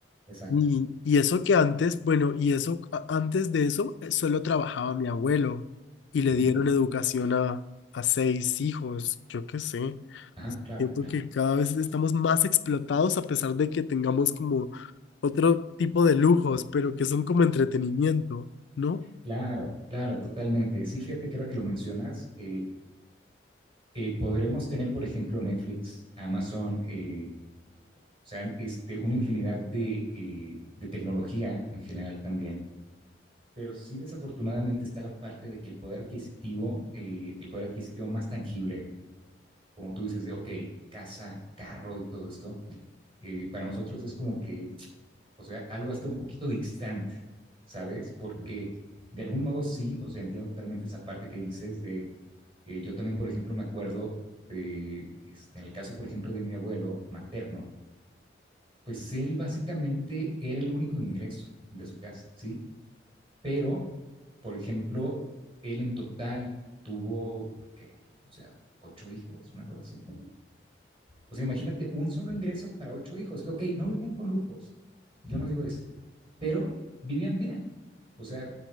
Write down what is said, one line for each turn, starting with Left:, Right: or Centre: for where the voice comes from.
Right: exacto.
Left: Y, y eso que antes, bueno, y eso a- antes de eso eh, solo trabajaba mi abuelo y le
Right: Ujú,
Left: dieron educación a, a seis hijos, yo qué sé.
Right: Ajá, claro,
Left: Siento
Right: claro,
Left: que cada vez estamos más explotados a pesar de que tengamos como otro tipo de lujos, pero que son como entretenimiento, ¿no?
Right: claro, claro, totalmente. Sí, fíjate que ahora que lo mencionas, eh, eh, podremos tener, por ejemplo, Netflix, Amazon, eh, o sea, este, una infinidad de, eh, de tecnología en general también. Pero sí, desafortunadamente está la parte de que el poder adquisitivo, eh, el poder adquisitivo más tangible, como tú dices, de, ok, casa, carro y todo esto, eh, para nosotros es como que o sea, algo hasta un poquito distante, ¿sabes? Porque de algún modo sí, o sea, entiendo totalmente esa parte que dices de, eh, yo también, por ejemplo, me acuerdo de, este, en el caso, por ejemplo, de mi abuelo materno, pues él básicamente era el único ingreso de su casa, ¿sí? Pero, por ejemplo, él en total tuvo, ¿qué? O sea, ocho hijos, una cosa así. O sea, imagínate un solo ingreso para ocho hijos. Ok, no vivían con lujos, yo no digo eso, pero vivían bien. O sea,